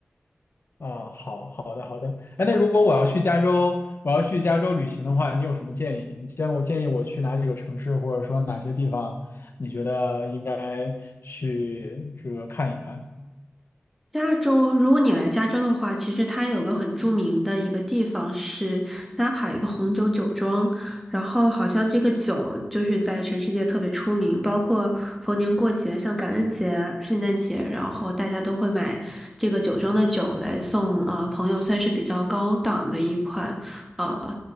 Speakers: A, on the left (about 60°); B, in the centre.
A: 哦，好好的好的。哎，那如果我要去加州，我要去加州旅行的话，你有什么建议？你建我建议我去哪几个城市，或者说哪些地方，你觉得应该去这个看一看？
B: 加州，如果你来加州的话，其实它有个很著名的一个地方是纳帕一个红酒酒庄，然后好像这个酒就是在全世界特别出名，包括逢年过节，像感恩节、圣诞节，然后大家都会买这个酒庄的酒来送呃朋友，算是比较高档的一款呃